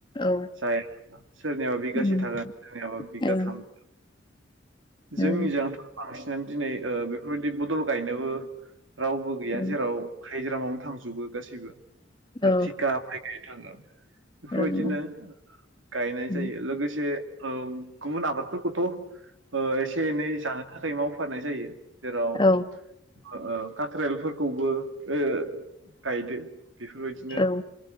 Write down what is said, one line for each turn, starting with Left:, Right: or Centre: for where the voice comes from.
Left: औ
Right: जाय सोरनियाबा बिगासे
Left: उम
Right: थागोन सोरनियाबा बिगाथाम
Left: ओं ओं
Right: जोंनिजोंथ' बांसिनानो दिनै ओ बेफोरबायदि बदल गायनोबो रावबो गैया
Left: ओं
Right: जेराव हायजिरामावनो थांजोबो गासैबो आरो
Left: औ
Right: थिखा बायदि थांङो
Left: ओं
Right: बेफोरबायदिनो गायनाय
Left: ओं
Right: जायो लोगोसे ओ गुबुन आबादफोरखौथ ओ' एसे एनै जानो थाखाय मावफारनाय जायो जेराव
Left: औ
Right: ओ काख्रेलफोरखौबो ओ गायदो बेफोरबायदिनो
Left: औ